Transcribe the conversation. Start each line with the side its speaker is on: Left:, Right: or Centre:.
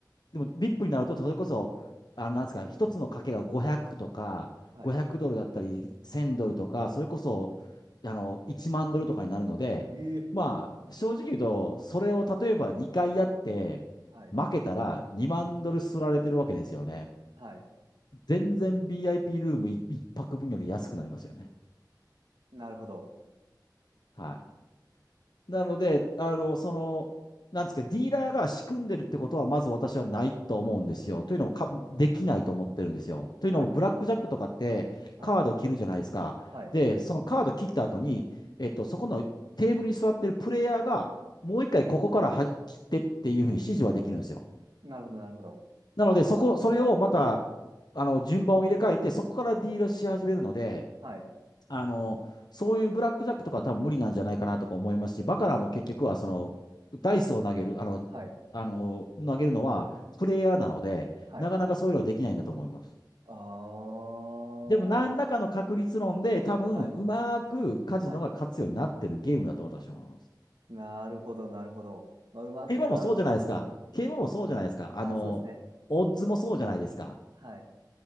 Left: でも VIP になると、それこそ、あの、なんですか、一つの賭けが500とか、
Right: はい
Left: 500ドルだったり、1000ドルとか、それこそ、あの、1万ドルとかになるので、
Right: ええ。
Left: まあ、正直言うと、それを例えば2回やって、
Right: はい。
Left: 負けたら2万ドルすられてるわけですよね。
Right: はい。
Left: 全然 b i p ルーム1、一泊分より安くなりますよね。
Right: なるほど。
Left: はいなので、あの、その、なんですか、ディーラーが仕組んでるってことは、まず私はないと思うんですよ。というのもか、できないと思ってるんですよ。というのも、
Right: はい。
Left: ブラックジャックとかって、
Right: はい。
Left: カード切るじゃないですか。
Right: はい。
Left: で、そのカード切った後に、えっと、そこのテーブルに座ってるプレイヤーが、もう一回ここからは切ってっていうふうに指示はできるんですよ。
Right: なるほど、なるほど。
Left: なので、そこ、それをまた、あの、順番を入れ替えて、そこからディーラーし始めるので、
Right: はい。
Left: あの、そういうブラックジャックとかは多分無理なんじゃないかなとか思いますし、バカラも結局はその、ダイスを投げる、あの、
Right: はい。
Left: あの、投げるのはプレイヤーなので、
Right: はい。
Left: なかなかそういうのはできないんだと思います。
Right: ああ。
Left: でも何らかの確率論で多分うまくカジノが勝つようになってるゲームだと私は思います。
Right: はい。はい。なるほど、なるほど。まあ、うまくじゃあ、
Left: 競馬もそうじゃないですか。競馬もそうじゃないですか。
Right: あー、
Left: あの、
Right: そうですね。
Left: オッズもそうじゃないですか。
Right: はい。